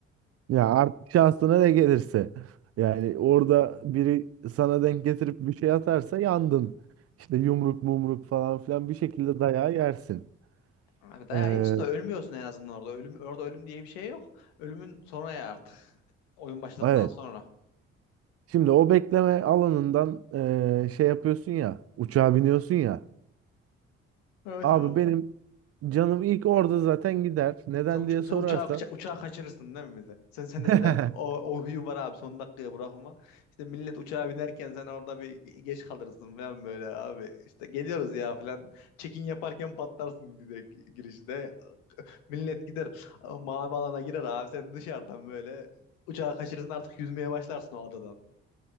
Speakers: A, on the right; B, on the left.
A: Ya artık şansına ne gelirse. Yani orada biri sana denk getirip bir şey atarsa yandın. İşte yumruk mumruk falan filan bir şekilde dayağı yersin.
B: Abi dayağı
A: Ee,
B: yiyorsun da ölmüyorsun en azından orada. Ölüm, orada ölüm diye bir şey yok. Ölümün sonra ya artık. Oyun başladıktan
A: evet.
B: sonra.
A: Şimdi o bekleme alanından ee, şey yapıyorsun ya. Uçağa biniyorsun ya.
B: Evet
A: Abi
B: abi.
A: benim canım ilk orada zaten gider. Neden
B: Sen, uça-
A: diye sorarsan.
B: sen uçağı, uça- uçağı kaçırırsın değil mi bize? Sen sen
A: <laughs>
B: de zaten o, o huyu var abi son dakikaya bırakma. İşte millet uçağa binerken sen orada bir ge- geç kalırsın falan böyle abi. İşte geliyoruz ya falan. Check-in yaparken patlarsın bir de gi- girişte. Millet gider a- mavi alana girer abi sen dışarıdan böyle uçağı kaçırırsın artık yüzmeye başlarsın o adadan.